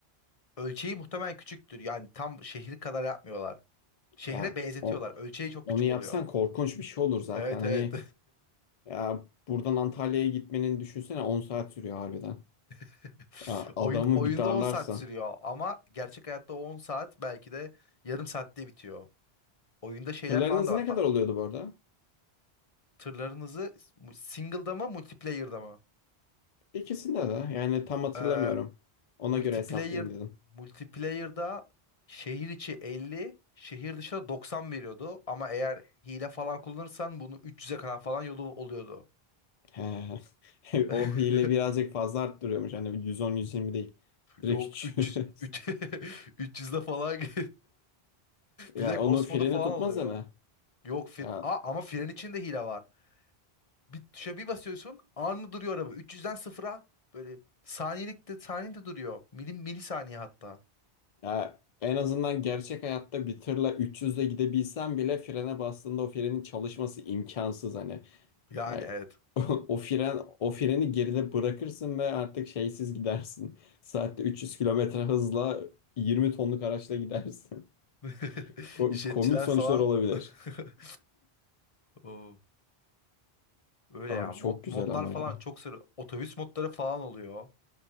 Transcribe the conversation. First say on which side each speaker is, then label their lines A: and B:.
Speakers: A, on the left (about 35°); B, on the left (about 55°).
A: Ölçeği muhtemelen küçüktür. Yani tam şehir kadar yapmıyorlar. Şehre
B: Ya
A: benzetiyorlar.
B: o-
A: Ölçeği çok
B: onu
A: küçük
B: yapsan
A: oluyor.
B: korkunç bir şey olur zaten.
A: Evet
B: Hani
A: evet.
B: ya buradan Antalya'ya gitmenin düşünsene 10 saat sürüyor harbiden.
A: <laughs>
B: Ya adamı
A: Oyun oyunda
B: bir darlarsan.
A: 10 saat sürüyor ama gerçek hayatta o 10 saat belki de yarım saatte bitiyor. Oyunda şeyler
B: Tırların
A: falan
B: hızı
A: da var.
B: ne
A: Ha-
B: kadar oluyordu bu arada?
A: Tırlarınızı mu- single'da mı multiplayer'da mı?
B: İkisinde de yani tam hatırlamıyorum.
A: Ee,
B: Ona
A: multiplayer
B: göre hesaplayayım dedim.
A: multiplayer'da şehir içi 50, şehir dışına 90 veriyordu ama eğer hile falan kullanırsan bunu 300'e kadar falan yolu oluyordu.
B: He. <laughs>
A: <laughs>
B: O hile birazcık fazla arttırıyormuş. Hani 110-120 değil. Direkt
A: Yok
B: 300.
A: 300
B: <laughs>
A: üç- <laughs> 300'de falan <laughs>
B: Ya
A: bir de Ghost
B: onun freni
A: modu falan
B: tutmaz
A: oluyor.
B: hani.
A: Yok fir
B: Ya
A: A, ama fren içinde hile var. Bir tuşa bir basıyorsun anında duruyor araba. 300'den sıfıra böyle saniyelikte saniyede duruyor. Milim milisaniye hatta.
B: Ya en azından gerçek hayatta bir tırla 300'le gidebilsem bile frene bastığında o frenin çalışması imkansız hani.
A: Yani
B: Yani
A: evet.
B: <laughs> o fren o freni geride bırakırsın ve artık şeysiz gidersin. <laughs> Saatte 300 kilometre hızla 20 tonluk araçla gidersin.
A: <laughs>
B: <laughs> Ko-
A: İşletçiler
B: komik sonuçlar
A: falan.
B: olabilir.
A: <laughs> Oo, Öyle
B: Abi
A: ya.
B: çok
A: Mod,
B: güzel
A: modlar
B: ama
A: falan
B: ya.
A: çok sarı. Otobüs modları falan oluyor.